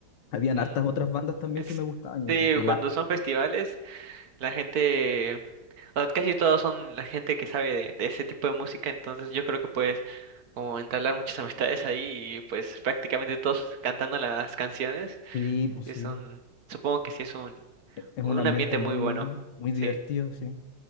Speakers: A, on the left; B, on the right.
A: habían
B: ujú.
A: hartas otras bandas también
B: Es-
A: que me gustaban. Y,
B: Sí,
A: y
B: cuando
A: la,
B: son festivales, la gente, o sea, casi todos son la gente que sabe de, de ese tipo de música, entonces yo creo que puedes como entablar muchas amistades ahí y pues prácticamente todos cantando las canciones.
A: sí, pues
B: Sí,
A: sí,
B: es un, supongo que sí es un,
A: es
B: un
A: un ambiente
B: ambiente
A: muy,
B: muy bueno.
A: muy divertido,
B: Sí,
A: sí.